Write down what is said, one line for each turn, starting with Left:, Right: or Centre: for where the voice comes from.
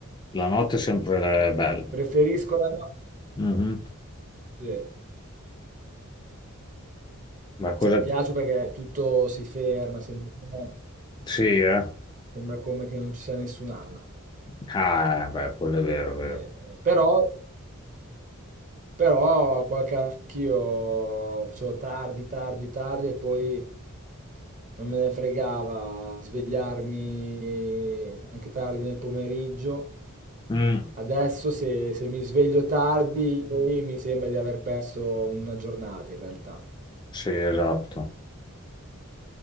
Left: La notte è sempre bella.
Right: Preferisco la notte.
Left: Mhm.
Right: Sì.
Left: Ma cosa...
Right: Piace perché tutto si ferma, sembra come,
Left: Sì, eh?
Right: sembra come che non ci sia nessun altro.
Left: Ah, beh, quello è vero, è vero.
Right: Eh, però, però qualche anch'io facevo tardi, tardi, tardi e poi non me ne fregava svegliarmi anche tardi nel pomeriggio.
Left: Mm.
Right: Adesso se, se mi sveglio tardi, poi mi sembra di aver perso una giornata in realtà.
Left: Sì, esatto.